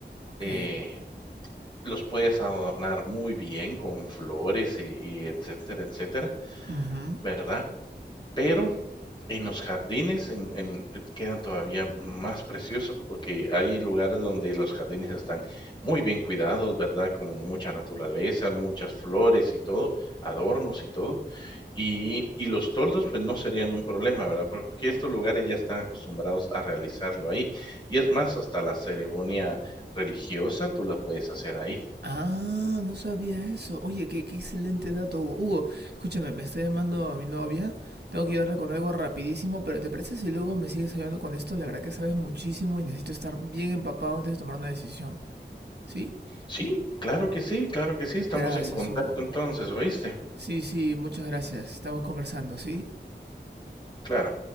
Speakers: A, on the right; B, on the left.
A: Ok.
B: eh, los puedes adornar muy bien con flores y y etcétera, etcétera,
A: Ujú.
B: ¿verdad? Pero en los jardines, en en eh, queda todavía más precioso, porque hay lugares donde los jardines están muy bien cuidados, ¿verdad? Con mucha naturaleza, muchas flores y todo, adornos y todo. Y, y los toldos, pues no serían un problema, ¿verdad? Porque estos lugares ya están acostumbrados a realizarlo ahí. Y es más, hasta la ceremonia religiosa tú la puedes hacer ahí.
A: Ah, no sabía eso. Oye, qué, qué excelente dato, Hugo. Hugo, escúchame, me está llamando a mi novia. Tengo que ayudarla con algo rapidísimo, pero ¿te parece si luego me sigues ayudando con esto? La verdad que sabes muchísimo y necesito estar bien empapado antes de tomar una decisión. ¿Sí?
B: Sí, claro que sí, claro que sí, estamos
A: Gracias,
B: en contacto
A: Hugo.
B: entonces, ¿oíste?
A: Sí, sí, muchas gracias. Estamos conversando, ¿sí?
B: Claro.